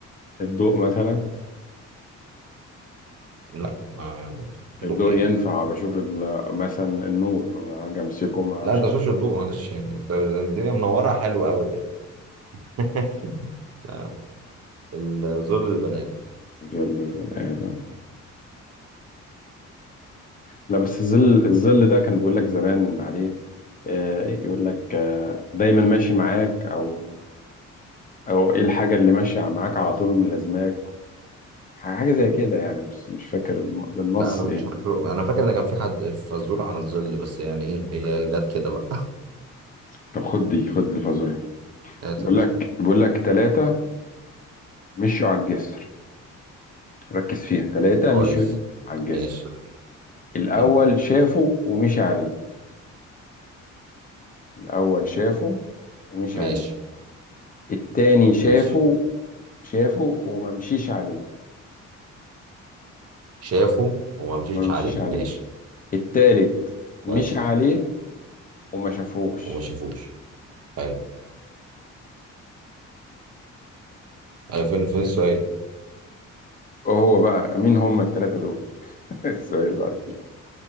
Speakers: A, on the left; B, on the right.
A: الضوء مثلا
B: لا آه،
A: الضوء
B: ضوء ايه
A: ينفع بشوف ال- مثلا النور ما اجي امسكه ما
B: لا
A: مش
B: انت
A: عارف
B: مش الضوء معلش يعني أنت الدنيا منوره حلوه قوي كده <laughs> آه، الظل البنات
A: زي البني ادم لا بس الظل الظل ده كان بيقول لك زمان عليه آه، إيه يقول لك آه، دايما ماشي معاك او او ايه الحاجه اللي ماشيه معاك على طول من لازماك حاجه زي كده يعني مش مش فاكر الم- بالنص
B: لا انا مش
A: ايه
B: فاكر انا فاكر ان كان في حد فزوره عن الظل بس يعني ايه هي جت كده بقى
A: طب خد دي خد الفازوري
B: <laughs> هات
A: بيقول
B: يا باشا
A: لك بيقول لك ثلاثه مشوا على الجسر ركز فيها ثلاثه
B: كويس
A: مشوا ايه على الجسر
B: ماشي
A: الاول
B: حلو
A: شافه ومشي عليه الاول شافه ومشي
B: ماشي
A: عليه التاني شافه
B: ماشي
A: شافه وما مشيش عليه
B: شافه وما مشيش
A: وما مشيش
B: عليه
A: عليه
B: ماشي
A: التالت
B: كويس
A: مشي عليه وما شافوش
B: وما شافوش حلو أيوة فين فين السؤال
A: وهو بقى مين هم التلاتة دول <laughs> السؤال صحيح